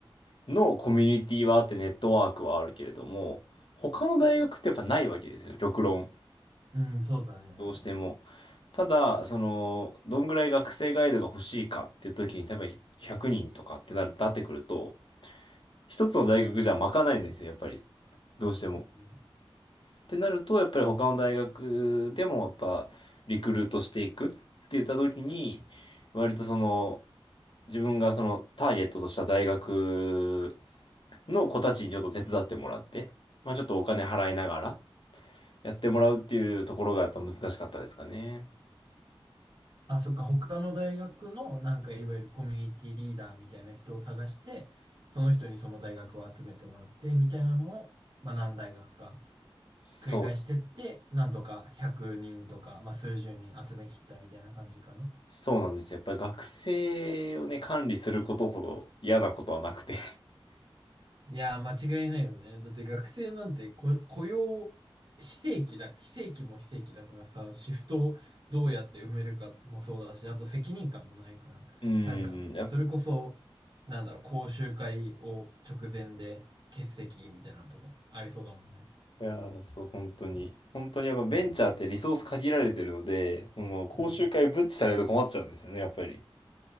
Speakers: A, on the left; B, on the right.
A: のコミュニティはあって、ネットワークはあるけれども、他の大学ってやっぱないわけですよ、極論。
B: うん、そうだね。
A: どうしても。ただ、その、どんぐらい学生ガイドが欲しいかっていう時に、多分100人とかってなる、なってくると、一つの大学じゃ賄えないんですよ、やっぱり。どうしても。
B: うん
A: ってなると、やっぱり他の大学でもやっぱリクルートしていくって言った時に、割とその、自分がそのターゲットとした大学の子たちにちょっと手伝ってもらって、まあちょっとお金払いながらやってもらうっていうところがやっぱ難しかったですかね。
B: あ、そっか、他の大学の、なんか、いわゆるコミュニティリーダーみたいな人を探して、その人にその大学を集めてもらって、みたいなのを、まあ、何大学か
A: そう、
B: 繰り返してって、なんとか100人とか、まあ、数十人集めきったみたいな感じかな。
A: そうなんですよ。やっぱり学生をね、管理することほど嫌なことはなくて。
B: いやー、間違いないよね。だって学生なんてこ雇用、非正規だ、非正規も非正規だからさ、シフトをどうやって埋めるかもそうだし、あと責任感もないから、
A: <laughs> うん、
B: なんか、
A: やっ
B: それこそ、なんだろう、講習会を直前で欠席みたいなのとかもありそうだもんね。
A: いやー、そう、本当に。本当にやっぱベンチャーってリソース限られてるので、その、講習会ブッチされると困っちゃうんですよね、
B: うん。
A: やっぱり。